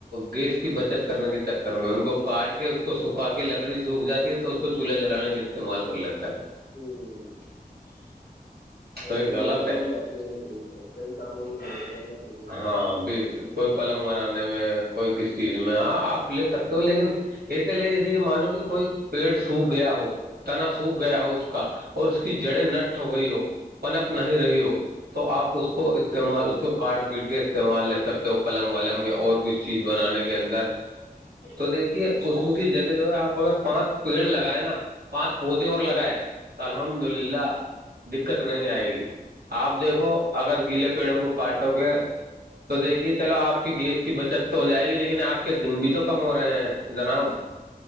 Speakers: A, on the right (about 80°); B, on the left (about 75°).
A: گیس اس کی بچت کرنے کے چکر میں ان کو کاٹ کے اس کو سکھا کے لکڑی سوکھ جات ہے تو کو چولہا جلانے کا استعمال کر لیتا ہے
B: ہوں
A: تو
B: اور
A: یہ
B: کئی
A: غلط
B: کاموں
A: ہے
B: میں آتی ہے لکڑی تو کئی کاموں میں نہیں لیتے ہیں لکڑی کو
A: ہاں
B: تو
A: بیس کوئی پلنگ بنانے میں کوئی کسی چیز میں ہاں آپ لے سکتے ہو لیکن ایسے لے جیسے کہ مانو کہ کوئی پیڑ سوکھ گیا ہو تنا سوکھ گیا ہو اس کا اور اس کی جڑیں نشٹ ہو گئی ہو پنپ نہیں رہی ہو تو آپ اس کو استعمال اس کو کارٹ پیٹ کے استعمال لے سکتے ہو پلنگ ولنگ میں اور ک چیز بنانے کے اندر
B: <unintelligible>
A: تو دیکھیے اس میں کی جگہ جو ہے آپ اگر پانچ پیڑ لگائے نا پانچ پودے اور لگائے تو الحمد للہ دقت نہیں آئے گی آپ دیکھو اگر گیلے پیڑوں کو کاٹو گے تو دیکھیے چلو آپ کی گیس کی بچت تو ہو جائے گی لیکن آپ کے دن بھی تو کم ہو رہے ہیں جناب